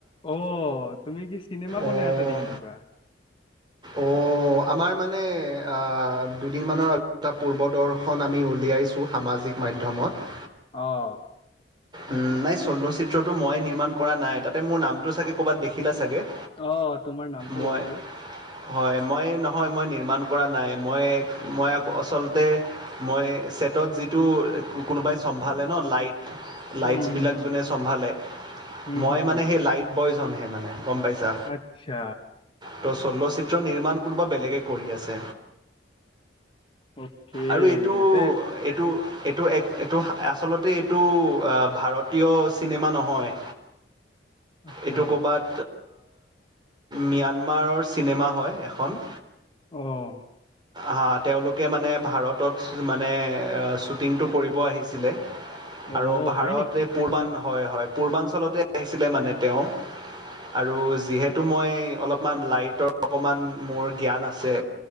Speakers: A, on the left; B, on the right.
A: অ তুমি কি চিনেমা বনাই
B: অঁ
A: আছা নেকি কিবা
B: অ আমাৰ মানে আ দুদিনমানৰ আগত এটা পূৰ্বদৰ্শন আমি উলিয়াইছোঁ সামাজিক মাধ্যমত
A: অঁ
B: উ নাই চলচিত্ৰটো মই নিৰ্মাণ কৰা নাই তাতে মোৰ নামটো চাগে ক'বাত দেখিলা চাগে
A: অ তোমাৰ নামটো
B: মই
A: দেখিলো
B: হয় মই নহয় মই নিৰ্মাণ কৰা নাই মই মই আচলতে মই হেহতৰ জিতু কুকুৰ বা সম ভালে ন লাইট
A: উম,
B: লাইটচ
A: হুম,
B: বিলাক
A: হুম,
B: যোনে চম্ভালে
A: হুম,
B: মই
A: হুম, হুম,
B: মানে সেই লাইট বি প্ৰয়োজনহে মানে। গম পাইছা
A: আচ্ছা।
B: তো চলচ্চিত্ৰ নিৰ্মাণ কোনোবা বেলেগে কৰি আছে।
A: অ'কে
B: আৰু এইটো
A: এতে
B: - এইটো - এইটো - এইটো আ আচলতে এইটো ভাৰতীয় চিনেমা নহয়।
A: আচ্ছা
B: এইটো ক'ৰবাত ম্যানমাৰৰ চিনেমা হয় এখন।
A: অহ',
B: হা, তেওলোকে মানে ভাৰতত মানে শ্বুটিংটো কৰিব আহিছিলে
A: অ',
B: আৰু ভাৰত
A: হয় নেকি?
B: এই পূৰ্বান হয়- হয় পূৰ্বাঞ্চলতে আহিছিলে মানে তেও। আৰু যিহেতু মই অলপমান লাইটৰ অকণমান মোৰ জ্ঞান আছে